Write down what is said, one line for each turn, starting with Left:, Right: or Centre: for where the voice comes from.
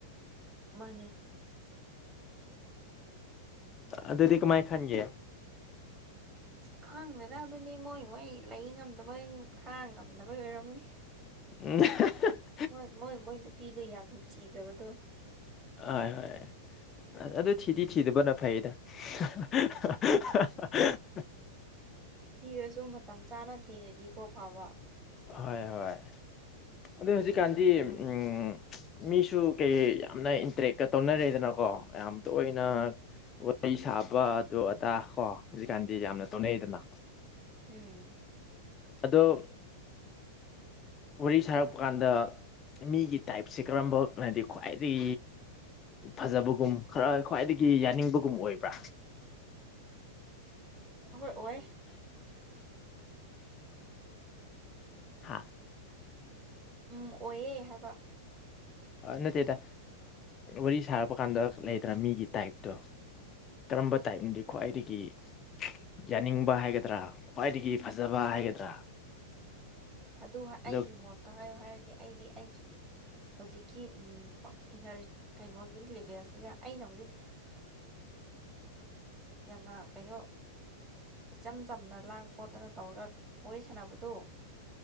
Right: ꯃꯥꯅꯦ
Left: ꯑꯗꯨꯗꯤ
Right: ꯑꯗꯨ
Left: ꯀ ꯃꯥꯏ ꯈꯥꯟꯒꯦ
Right: ꯑꯁ ꯈꯪꯗꯗ ꯑꯗꯨꯅꯤ ꯃꯣꯏ ꯃꯣꯏ ꯂꯩ ꯉꯝꯗꯕꯩ ꯈꯔ ꯉꯝꯗꯕꯩ ꯑꯣꯏꯔꯝꯅꯤ
Left: <unintelligible>
Right: ꯍꯣꯏ ꯃꯣꯏ ꯃꯣꯏ ꯅꯨꯄꯤꯗ ꯌꯥꯝ ꯅꯨꯡ ꯆꯤꯖꯕꯗꯣ
Left: ꯑꯣꯏ ꯍꯣꯏ ꯑꯗꯨ ꯊꯤꯗꯤ ꯊꯤꯗꯕꯅ ꯐꯩꯌꯦꯗ <unintelligible>
Right: ꯎꯝ ꯊꯤꯔꯁꯨ ꯃꯇꯝ ꯆꯥꯅ ꯊꯤꯔꯗꯤꯀꯣ ꯐꯕ
Left: ꯍꯣꯏ ꯍꯣꯏ ꯑꯗꯨ ꯍꯧꯖꯤꯛꯀꯥꯟꯗꯤ
Right: ꯑꯗꯨ
Left: ꯎꯝ ꯃꯤꯁꯨ ꯀꯩ ꯌꯥꯝꯅ ꯏꯟꯇꯔꯦꯛꯀ ꯇꯧꯅꯔꯦꯗꯅꯀꯣ ꯌꯥꯝ ꯇꯣꯏꯅ ꯋꯥꯔꯤ ꯁꯥꯕ ꯑꯗꯨ ꯑꯗꯥ ꯀꯣ ꯍꯧꯖꯤꯛꯀꯥꯟꯗꯤ ꯌꯥꯝꯅ ꯇꯧꯅꯩꯗꯅ
Right: ꯎꯝ
Left: ꯑꯗꯣq ꯋꯥꯔꯤ ꯁꯥꯔꯛꯄ ꯀꯥꯟꯗ ꯃꯤꯒꯤ ꯇꯥꯏꯞꯁꯦ ꯀꯔꯝꯕꯅꯗꯤ ꯈ꯭ꯋꯥꯏꯗꯒꯤ ꯐꯖꯕꯒꯨꯝ ꯈꯔ ꯈ꯭ꯋꯥꯏꯗꯒꯤ ꯌꯥꯅꯤꯡꯕꯒꯨꯝ ꯑꯣꯏꯕ꯭ꯔꯥ
Right: ꯍꯣꯏ ꯑꯣꯏ
Left: <unintelligible>
Right: ꯎꯝ ꯑꯣꯏꯌꯦ ꯍꯥꯏꯕ
Left: ꯅꯠꯇꯦꯗ ꯋꯥꯔꯤ ꯁꯥꯔꯛꯄ ꯀꯥꯟꯗ ꯂꯩꯗ꯭ꯔꯥ ꯃꯤꯒꯤ ꯇꯥꯏꯞꯇꯣ ꯀꯔꯝꯕ ꯇꯥꯏꯞꯅꯗꯤ ꯈ꯭ꯋꯥꯏꯗꯒꯤ ꯌꯥꯅꯤꯡꯕ ꯍꯥꯏꯒꯗ꯭ꯔꯥ ꯈ꯭ꯋꯥꯏꯗꯒꯤ ꯐꯖꯕ ꯍꯥꯏꯒꯗ꯭ꯔꯥ
Right: ꯑꯗꯨ ꯑꯩꯒꯤ
Left: ꯑꯗꯣ
Right: ꯃꯣꯠꯇ ꯍꯥꯏꯌꯨ ꯍꯥꯏꯔꯗꯤ ꯑꯩꯗꯤ ꯑꯩꯒꯤ ꯍꯧꯖꯤꯛꯀꯤ ꯏꯅꯔ ꯀꯩꯅꯣꯒꯤ ꯂꯦꯚꯦꯜꯁꯤꯒ ꯑꯩꯅ ꯍꯧꯖꯤꯛ ꯌꯥꯝꯅ ꯀꯩꯅꯣ ꯏꯆꯝ ꯆꯝꯅ ꯂꯥꯡ ꯈꯣꯠꯇꯅ ꯇꯧꯔꯒ ꯋꯥꯔꯤ ꯁꯥꯟꯅꯕꯗꯨ